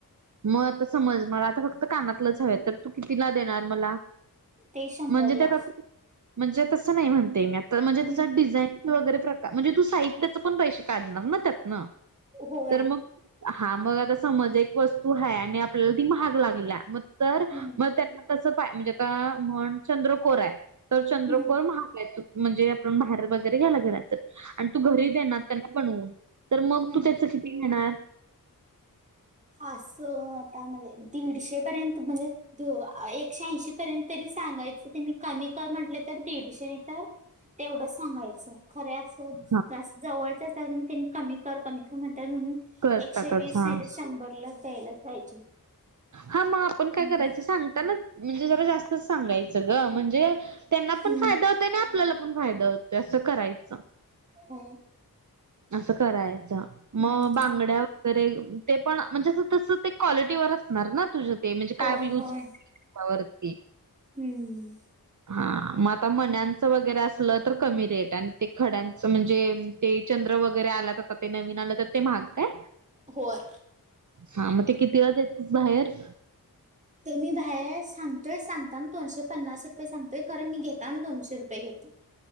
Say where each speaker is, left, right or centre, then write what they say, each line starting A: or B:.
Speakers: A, on the right; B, on the right.
A: मग आता समज मला आता फक्त कानातलंच हवं तर तू कितीला देणार मला
B: ते शंभरला
A: म्हणजे त्यात म्हणजे तस नाही म्हणते मी आता म्हणजे
B: हम्म
A: त्याच्यात डिझाईन वगैरे प्रकार म्हणजे तू साहित्याच पण पैसे काढणार ना त्यात ना
B: होय
A: तर मग हा मग आता समज एक वस्तू आहे आणि आपल्याला ती महाग लागल्या मग तर
B: हम्म
A: मग त्यांना तस पाय म्हणजे आता म्हण चंद्रकोर हाय तर चंद्रकोर
B: हम्म
A: महागय त म्हणजे आपण बाहेर वगैरे घ्यायला गेला तर आणि तू घरी
B: हम्म
A: देणार त्यांना बनवून तर मग
B: हम्म
A: तू त्याच किती घेणार
B: असं आता म्हणजे दीडशे पर्यंत म्हणजे दो एकशे ऐंशी पर्यंत तरी सांगायचं त्यांनी कमी कर म्हटलं तर दीडशे नही तर तेवढं सांगायचं खरे असं
A: हां.
B: जवळच अस त्यांनी कमी कर कमी कर म्हणत्या म्हणून
A: करतातच
B: एकशे वीस
A: हां.
B: नाही तर शंभर ला द्यायलाच पाहिजे
A: हा मग आपण
B: हम्म
A: काय करायचं सांगताना म्हणजे जरा जास्तच सांगायचं ग म्हणजे त्यांना पण
B: हम्म
A: फायदा होतोय आणि आपल्याला पण फायदा होतोय असं करायचं
B: हो
A: असं करायचं
B: हम्म
A: मग बांगड्या तर ते पण म्हणजे तसं ते क्वालिटीवर असणार ना तुझ ते म्हणजे
B: होय
A: काय यूज
B: होय
A: वरती
B: हम्म
A: हा मग आता मण्यांचं वगैरे असलं तर कमी रेट आणि ते खड्यांचं म्हणजे ते चंद्र वगैरे आला तर आता ते नवीन आलं तर ते महाग काय
B: होय
A: हा मग ते कितीला देतीस बाहेर
B: ते मी बाहेर सांगतोय सांग ता दोनशे पन्नास रुपये सांगतोय खर मी घेताना दोनशे रुपये घेते